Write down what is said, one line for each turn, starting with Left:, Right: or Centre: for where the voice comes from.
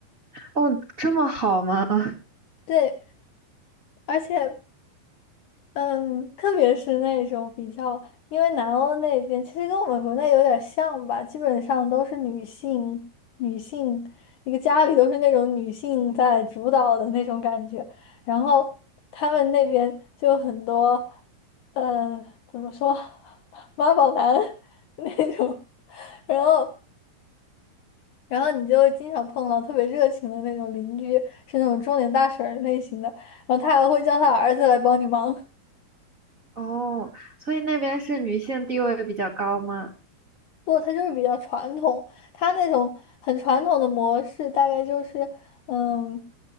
Right: 哦，这么好吗？<laughs>
Left: 对，而且，嗯，特别是那种比较，因为南欧那边其实跟我们国内有点像吧，基本上都是女性，女性一个家里都是那种女性在主导的那种感觉，然后他们那边就有很多，呃，怎么说，<laughs> 妈宝男 <laughs> 那种，然后，然后你就会经常碰到特别热情的那种邻居，是那种中年大婶儿类型的，然后他还会叫他儿子来帮你忙。
Right: 哦，所以那边是女性地位比较高吗？
Left: 不，他就是比较传统，他那种很传统的模式，大概就是，嗯，